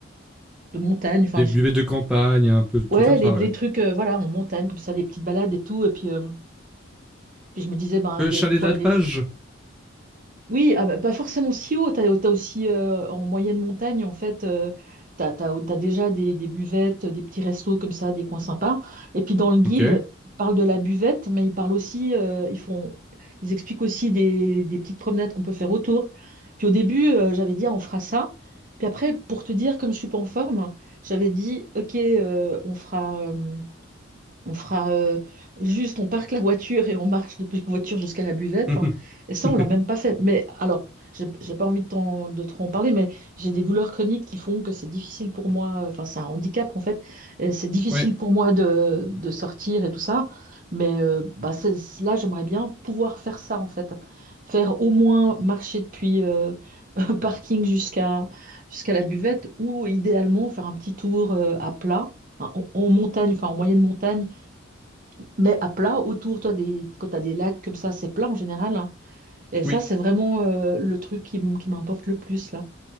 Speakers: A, on the right; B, in the centre.
A: de montagne, enfin,
B: Des buvets
A: je-
B: de campagne, un peu de trucs
A: ouais,
B: comme ça,
A: les, les
B: ouais.
A: trucs, euh, voilà, en montagne, comme ça, des petites balades et tout. Et puis, euh, puis je me disais, ben,
B: Euh,
A: il
B: chalet
A: y a des fois
B: d'alpage
A: des. Oui, ah bah, pas forcément si haut, t'as, t'as aussi euh, en moyenne montagne, en fait, euh, t'as, t'as- t'as déjà des, des buvettes, des petits restos comme ça, des coins sympas. Et puis dans le guide,
B: Ok.
A: ils parlent de la buvette, mais ils parlent aussi, euh, ils font, ils expliquent aussi des, des petites promenades qu'on peut faire autour. Puis au début, euh, j'avais dit, ah, on fera ça. Puis après, pour te dire, comme je suis pas en forme, j'avais dit, ok, euh, on fera. euh, On fera euh, juste, on parque la voiture et on marche depuis la <laughs> voiture jusqu'à la buvette.
B: <laughs>
A: hein. Et ça, on l'a même pas fait. Mais alors, j'ai j'ai pas envie de, t'en- de trop en parler, mais j'ai des douleurs chroniques qui font que c'est difficile pour moi. Enfin, c'est un handicap en fait. Et C'est difficile
B: ouais,
A: pour moi de, de sortir et tout ça. Mais euh, bah, c'est- là, j'aimerais bien pouvoir faire ça en fait. Faire au moins marcher depuis euh, <laughs> un parking jusqu'à jusqu'à la buvette ou idéalement faire un petit tour euh, à plat, hein, en en montagne, enfin en moyenne montagne mais à plat autour, toi, des, quand tu as des lacs comme ça, c'est plat en général. hein. Et ça,
B: oui.
A: c'est vraiment euh, le truc qui, m- qui m'importe le plus, là.